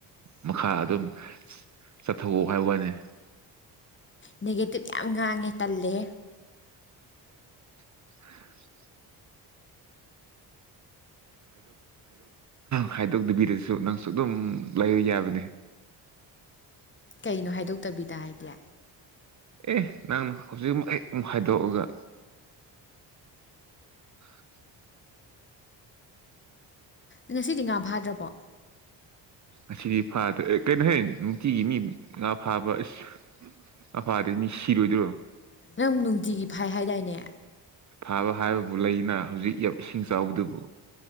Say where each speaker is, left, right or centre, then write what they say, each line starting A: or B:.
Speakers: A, on the right; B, on the left.
A: ꯃꯈꯥ ꯑꯗꯨꯝ ꯆꯠꯊꯑꯣ ꯍꯥꯏꯕ ꯍꯥꯏꯅꯦ
B: ꯅꯦꯒꯦꯇꯤꯞ ꯌꯥꯝ ꯉꯥꯡꯉꯦ ꯇꯜꯂꯦ
A: <inaudible> ꯍꯥꯏꯗꯣꯛꯇꯕꯤꯔꯁꯨ ꯅꯪꯁꯨ ꯑꯗꯨꯝ ꯂꯩꯕ ꯌꯥꯕꯅꯤ
B: ꯀꯩꯅꯣ ꯍꯥꯏꯗꯣꯛꯇꯕꯤꯗ ꯍꯥꯏꯗꯤ
A: ꯑꯦ ꯅꯪꯅ ꯍꯧꯖꯤꯛ ꯑꯩ ꯑꯃꯨꯛ ꯍꯥꯏꯗꯣꯛꯑꯒ <inaudible>
B: ꯉꯁꯤꯗꯤ ꯉꯥ ꯐꯥꯗ꯭ꯔꯕꯣ
A: ꯑꯁꯤꯗꯤ ꯐꯥꯗ꯭ꯔꯦ ꯀꯩꯅꯣꯍꯦ ꯅꯨꯡꯇꯤꯒꯤ ꯃꯤ ꯉꯥ ꯐꯥꯕ ꯑꯁ ꯑꯐꯥꯗꯤ ꯃꯤ ꯁꯤꯔꯣꯏꯗ꯭ꯔꯣ
B: ꯅꯪ ꯅꯨꯡꯇꯤꯒꯤ ꯐꯥꯏ ꯍꯥꯏꯗꯥꯏꯅꯦ
A: ꯐꯥꯕ ꯍꯥꯏꯕꯕꯨ ꯂꯩꯅ ꯍꯧꯖꯤꯛ ꯏꯁꯤꯡ ꯆꯥꯎꯕꯗꯨꯕꯨ